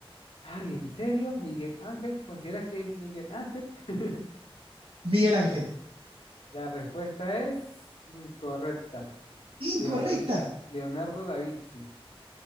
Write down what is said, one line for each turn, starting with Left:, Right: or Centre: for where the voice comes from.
Left: Ay, ¿en serio? ¿Miguel Ángel? ¿Consideras que es Miguel Ángel? <laughs>
Right: Miguel Ángel.
Left: La respuesta es incorrecta.
Right: Incorrecta,
Left: Leon- Leonardo da Vinci.